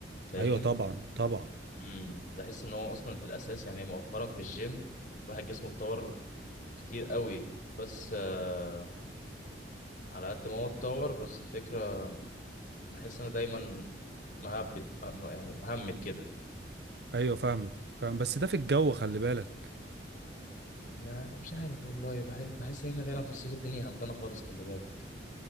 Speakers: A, on the left; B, on the right.
A: فاهمني
B: ايوه طبعا طبعا
A: امم بحس ان هو اصلا في الاساس يعني مؤخرا في الجيم الواحد جسمه اتطور كتير قوي بس آه، على قد ما هو اتطور بس الفكره بحس ان أنا دايما مهبت م- يعني مهمت كده
B: ايوه فاهمك فاهم بس ده في الجو خلي بالك
A: ما مش عارف والله بحس, بحس ان احنا فعلا في الصيف الدنيا همدانه خالص خلي بالك